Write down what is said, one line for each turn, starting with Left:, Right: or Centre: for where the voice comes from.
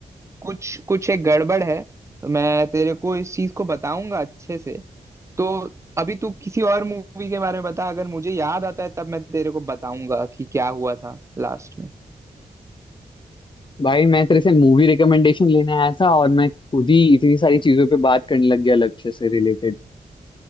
Right: कुछ कुछ एक गड़बड़ है मैं तेरे को इस चीज को बताऊंगा अच्छे से तो अभी तू किसी और मूवी के बारे में बता अगर मुझे याद आता है तब मैं तेरे को बताऊंगा कि क्या हुआ था लास्ट में
Left: भाई मैं तेरे से मूवी रिकमेंडेशन लेने आया था और मैं खुद ही इतनी सारी चीजों पे बात करने लग गया लक्ष्य से रिलेटेड